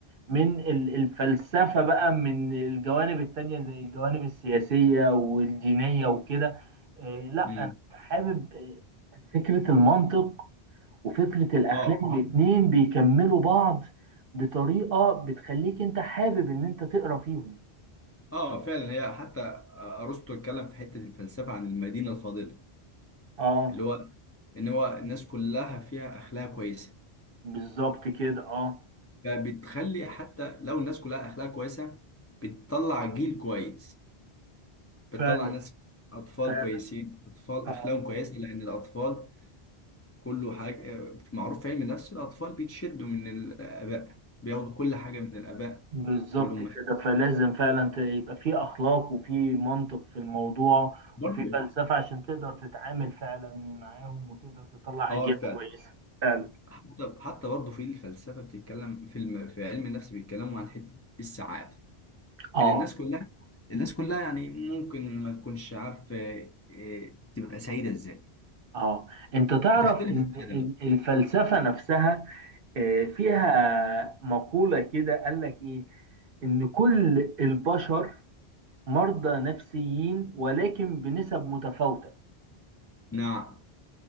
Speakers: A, on the right; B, on the left.
A: من ال- الفلسفة بقى من الجوانب التانية زي الجوانب السياسية والدينية وكده آه، لا
B: مم.
A: أنا حابب آه، فكرة المنطق وفكرة الأخلاق
B: اه
A: الاتنين بيكملوا بعض بطريقة بتخليك أنت حابب إن أنت تقرأ فيهم
B: اه فعلا هي حتى آه، ارسطو اتكلم في حته الفلسفه عن المدينه الفاضله
A: اه
B: اللي هو ان هو الناس كلها فيها اخلاق كويسه
A: بالظبط كده اه
B: فبتخلي حتى لو الناس كلها اخلاق كويسه بتطلع جيل كويس بتطلع
A: فعلا
B: ناس اطفال
A: فعلا
B: كويسين اطفال
A: اه
B: اخلاقهم كويسه لان الاطفال كله حاجه آه، معروف في علم النفس الاطفال بيتشدوا من الاباء بياخدوا كل حاجه من الاباء
A: بالظبط
B: والامهات
A: كده فلازم فعلا ت- يبقى في اخلاق وفي منطق في الموضوع
B: برضه
A: وفي فلسفة عشان تقدر تتعامل فعلا معاهم وتقدر تطلع
B: اه
A: اجيال
B: فعلا
A: كويسة فعلا
B: حتى حتى برضه في الفلسفه بتتكلم في الم... في علم النفس بيتكلموا عن حته السعاده
A: اه
B: اللي الناس كلها الناس كلها يعني ممكن ما تكونش عارفه إيه، تبقى سعيده ازاي
A: اه انت تعرف
B: وتختلف
A: ان
B: السعاده
A: ال-
B: بقى
A: الفلسفة نفسها آه، فيها مقولة كده قال لك ايه ان كل البشر مرضى نفسيين ولكن بنسب متفاوتة
B: نعم